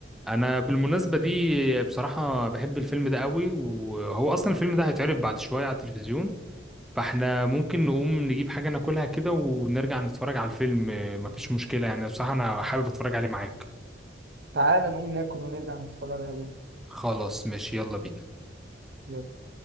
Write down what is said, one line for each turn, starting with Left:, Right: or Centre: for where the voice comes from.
Centre: انا بالمناسبة دي بصراحة بحب الفيلم ده قوي وهو اصلا الفيلم ده هيتعرض بعد شوية على التلفزيون فاحنا ممكن نقوم نجيب حاجة ناكلها كده ونرجع نتفرج على الفيلم آه، مفيش مشكلة يعني بصراحة انا حابب اتفرج عليه معاك
Right: تعالى نقوم ناكل ونرجع نتفرج عليه
Centre: خلاص ماشي يلا بينا
Right: يلا